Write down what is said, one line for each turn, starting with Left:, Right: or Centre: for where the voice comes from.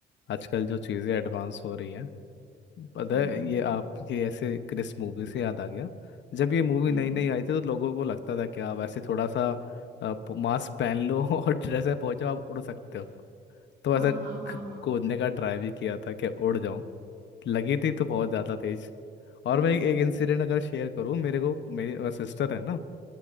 Left: आजकल जो चीज़ें एडवांस हो रही हैं पता
Right: हम्म
Left: है ये आपके ऐसे क्रिस मूवी से याद आ गया जब ये मूवी
Right: हम्म
Left: नई नई आई थी तो लोगों को लगता था कि आप ऐसे थोड़ा सा अ, प- मास्क पहन लो <laughs> और ड्रेस में पहुंचो आप उड़ सकते हो तो
Right: हाँ
Left: ऐसा क-
Right: हाँ हाँ हाँ
Left: कूदने का ट्राई भी किया था कि उड़ जाऊं लगी थी तो बहुत ज़्यादा तेज और
Right: <laughs>
Left: मैं एक इंसिडेंट अगर शेयर करूं मेरे को मेरी सिस्टर है ना